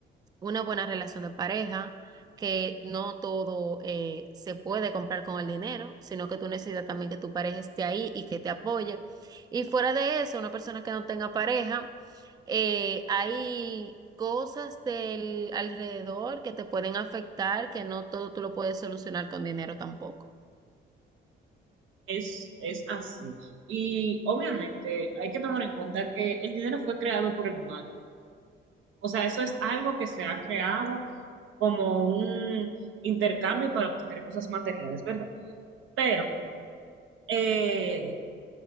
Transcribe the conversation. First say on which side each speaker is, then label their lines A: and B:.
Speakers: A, on the right; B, on the right.
A: una buena relación de pareja, que no todo eh, se puede comprar con el dinero, sino que tú necesitas también que tu pareja esté ahí y que te apoye. Y fuera de eso, una persona que no tenga pareja, eh, hay cosas del alrededor que te pueden afectar, que no todo tú lo puedes solucionar con dinero tampoco.
B: Es, es así. Y obviamente hay que tomar en cuenta que el dinero fue creado por el humano. O sea, eso es algo que se ha creado como un intercambio para obtener cosas materiales, ¿verdad? Pero eh,